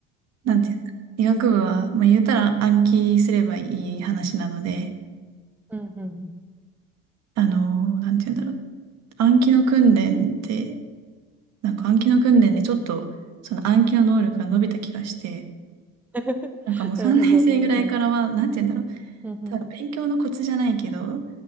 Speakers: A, on the right (about 55°); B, in the centre.
A: なんて言うんだろう。
B: うんうん。
A: 医学部は、まあ言うたら暗記すればいい話なので、
B: うんうん
A: あのーなんて言うんだろう。暗記の訓練って、なんか暗記の訓練でちょっとその暗記の能力が伸びた気がして、
B: <laughs>。
A: なんかもう3年生ぐらいからは、
B: なるほど。うんうん。
A: なんて言うんだろう、
B: うんうん。
A: ただ勉強のコツじゃないけど、